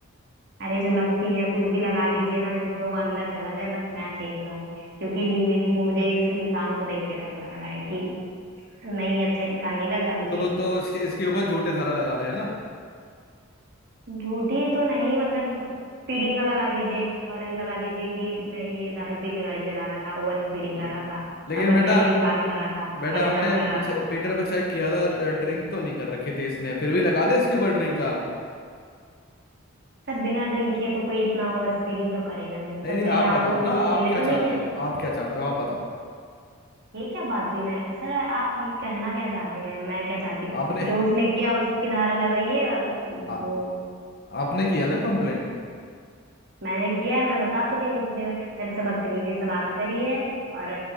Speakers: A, on the right; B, on the left.
A: अरे जो लगती है कुछ भी लगा दीजिए ना जिसमें वो अंदर चला जाए बस मैं सेफ रहूं क्योंकि इस, मुझे इस इंसान को देख के डर लग रहा है कि नहीं अच्छा इंसान नहीं लग रहा मुझे
B: तो
A: ये
B: तो इसके इसके ऊपर झूठे धारा लगा दें है ना
A: झूठी तो नहीं मतलब स्पीडिंग का लगा दीजिए और लगा दीजिए कि नहीं ये दारू पी के गाड़ी चला रहा था ओवर स्पीडिंग
B: हाँ
A: कर रहा था
B: लेकिन
A: और
B: बेटा
A: बदतमीजी से बात कर रहा था
B: बेटा
A: परेशान
B: हमने
A: कर रहा
B: चे-
A: था
B: मीटर पे चेक किया था ड्रिंक तो नहीं कर रखे थे इसने फिर भी लगा दे इसके ऊपर ड्रिंक का
A: सर बिना ड्रिंक किए तो कोई इतना ओवर स्पीडिंग तो करेगा नहीं
B: नहीं
A: सर
B: नहीं
A: कहीं
B: आप बताओ
A: आप लोग
B: ना
A: उससे
B: आप
A: मिले
B: क्या
A: तो
B: चाहते
A: नहीं
B: हो आप क्या चाहते हो आप बताओ
A: ये क्या बात हुई मैं सर आप ये कहना क्या चाहते हैं मैं क्या चाहती हूँ
B: आपने
A: जो उसने किया उसकी धारा लगाइए और
B: आ,
A: वो
B: आपने किया ना कंप्लेंट
A: मैंने किया है मैं बता तो रही हूँ उसने मेरे से बदतमीजी से बात करी है और